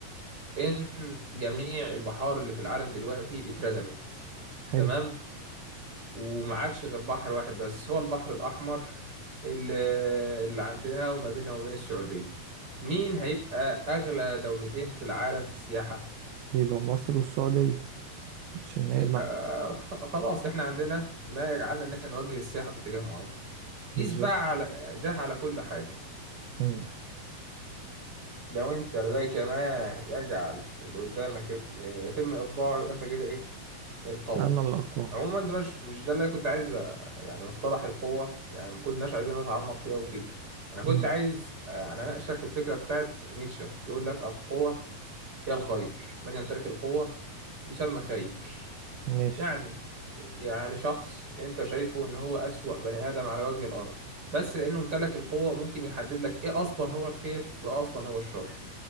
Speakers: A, on the right; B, on the right.
A: ان جميع البحار اللي في العالم دلوقتي اتردمت
B: حلو
A: تمام وما عادش غير بحر واحد بس هو البحر الاحمر اللي, اللي عندنا وما بيننا وبين السعوديه مين هيبقى اغلى دولتين في العالم في السياحه
B: يبقى مصر والسعودية عشان هي بعد
A: آه، خ- خلاص احنا عندنا ما يجعلنا ان احنا نوجه السياحه في اتجاه معين
B: بالظبط
A: قيس بقى على ده على كل حاجه
B: امم
A: لو انت لديك ما يجعل اللي قدامك يت- يتم اخضاعه يبقى انت كده ايه القوي
B: أنا الأقوى
A: عموما ده مش مش ده اللي انا كنت عايز أ- يعني مصطلح القوة يعني ما كناش عايزين نتعمق فيه قوي كده انا كنت
B: امم
A: عايز آه، يعني اناقشك في الفكرة بتاعت نيتشه يقول لك القوة هي الخير من يمتلك القوة يسمى خير
B: ماشي
A: يعني يعني شخص انت شايفه ان هو اسوأ بني ادم على وجه الارض بس لانه امتلك القوة ممكن يحدد لك ايه اصلا هو الخير وايه اصلا هو الشر